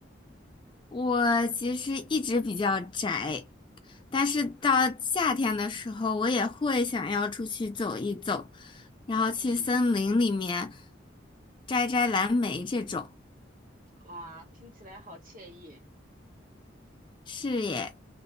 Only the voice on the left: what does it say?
我其实一直比较宅，但是到夏天的时候，我也会想要出去走一走，然后去森林里面
摘摘蓝莓这种。
是耶。